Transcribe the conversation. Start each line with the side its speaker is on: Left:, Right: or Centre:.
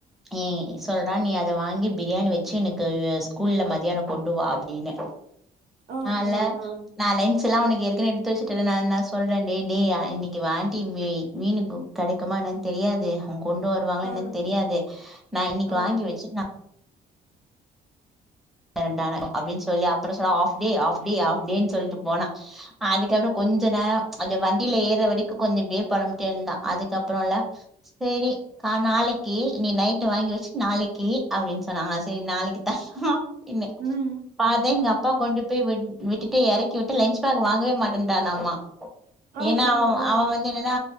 Centre: இ சொல்றா நீ அத வாங்கி பிரியாணி வச்சு எனக்கு ஸ்கூல்ல மத்தியான கொண்டு வா அப்டின்னு
Right: ஆ
Centre: ஆல்ல
Right: ஆ ஆ
Centre: ந ஆக்சுவல்லா அவனக்கு ஏற்கனவே எடுத்து வச்சட்டே நா நா சொல்றே டே டே இன்னைக்கு ஆண்ட்டி மீ மீனுக் கடைக்குமா என்னன்னு தெரியாது அவ்ங்க கொண்டு வருவாங்களா
Right: ஆ
Centre: என்னன்னு தெரியாது நா இன்னைக்கு
Right: ஆ
Centre: வாங்கி வச்சுட் நா கொண்டு வரன்டா அப்டின்னு சொல்லி அப்புறோ சொனு half day half day half day சொல்லிட்டு போனா அதுக்கப்புறோ கொஞ்ச கொஞ்ச நேரோ வண்டியில ஏர்ற வரைக்கு கொஞ்சம்ப்படியே பொழம்பிட்டே இருந்தா அதுக்கப்புறோ இல்ல சேரி கா நாளைக்கி நீ நைட்டு வாங்கி வச்சு நாளைக்கி அப்படின்னு சொன்னாங்க சரி நாளைக்கி தர்லா இன்னு
Right: ம்
Centre: பாத்த எங்க அப்பா கொண்டு போய் விட்டுட்டு எறக் கி விட்டு லன்ச் பேக் வாங்கவே மாட்டேட்டானம்மா
Right: ஆ
Centre: ஏன்னா
Right: ஆ
Centre: அவ
Right: ஆ
Centre: அவ வந்து என்னனா